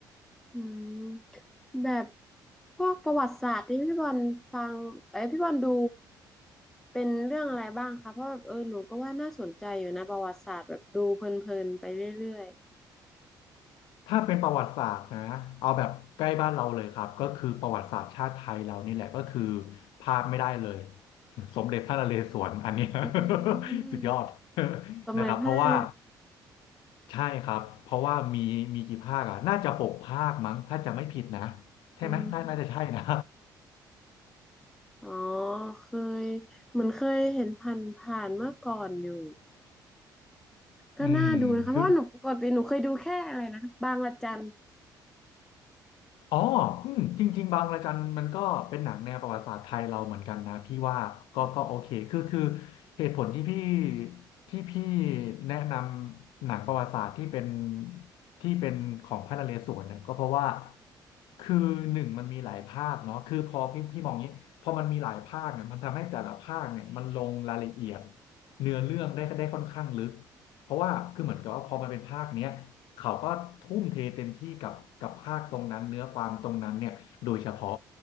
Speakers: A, in the centre; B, on the left (about 85°).
A: อืมแบบพวกประวัติศาสตร์ที่พี่บอลฟังเอ้ยพี่บอลดูเป็นเรื่องอะไรบ้างคะเพราะแบบเออหนูก็ว่าน่าสนใจอยู่นะประวัติศาสตร์แบบดูเพลินๆไปเรื่อย
B: ถ้าเป็นประวัติศาสตร์นะเอาแบบใกล้บ้านเราเลยครับก็คือประวัติศาสตร์ชาติไทยเรานี่แหละก็คือพลาดไม่ได้เลย <laughs> สมเด็จพระนเรศวรอันเนี้ย
A: ๆอื
B: <laughs> สุดยอด
A: ม
B: <laughs>
A: สมเด็จพระนาง
B: นะครับ เพราะว่า ใช่ครับ เพราะว่ามีมีกี่ภาคอ่ะน่าจะหกภาคมั้ง ถ้าจะไม่ผิดนะ ใช่ไหมน่าน่าจะใช่นะ
A: อืมอ๋อเคยเหมือนเคยเห็นผ่านผ่านเมื่อก่อนอยู่
B: <laughs>
A: ก็น่าดูนะคะเพราะว่าหนูปกติหนูเคยดูแค่อะไรนะบางระจัน
B: อืมคือ อ๋ออืมจริงๆบางระจันมันก็เป็นหนังแนวประวัติศาสตร์ไทยเราเหมือนกันนะพี่ว่าก็ก็โอเคคือคือ
A: อืม
B: เหตุผลที่พี่ที่พี่แนะนำหนังประวัติศาสตร์ที่เป็นที่เป็นของพระนเรศวรเนี่ยก็เพราะว่าคือหนึ่งมันมีหลายภาคเนาะคือพอพี่พี่มองงี้พอมันมีหลายภาคเนี่ยมันทำให้แต่ละภาคเนี่ยมันลงรายละเอียดเนื้อเรื่องได้ได้ค่อนข้างลึกเพราะว่าคือเหมือนกับว่าพอมันเป็นภาคเนี้ย เขาก็ทุ่มเทเต็มที่กับกับภาคตรงนั้นเนื้อความตรงนั้นเนี่ยโดยเฉพาะ